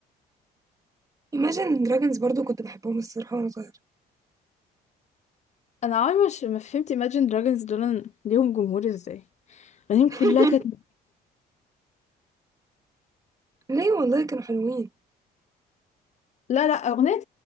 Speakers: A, on the right (about 20°); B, on the left (about 45°).
A: Imagine Dragons برضو كنت بحبهم الصراحه وانا صغيره
B: انا عمري مش ما فهمت Imagine Dragons دول ليهم جمهور ازاي اغانيهم
A: <laughs>
B: كلها كانت
A: ليه والله كانوا حلوين
B: لا لا أغنية